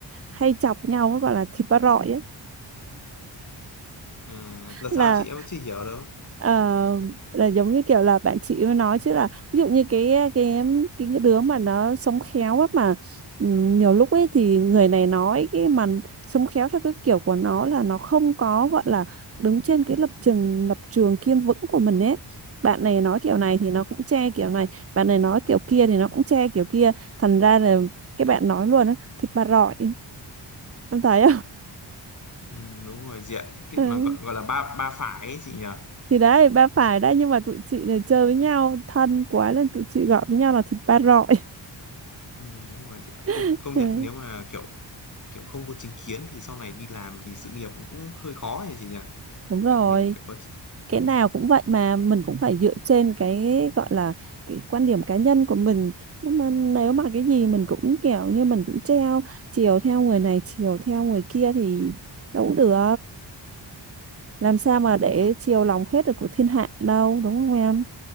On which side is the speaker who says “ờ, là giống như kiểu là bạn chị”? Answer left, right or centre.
Right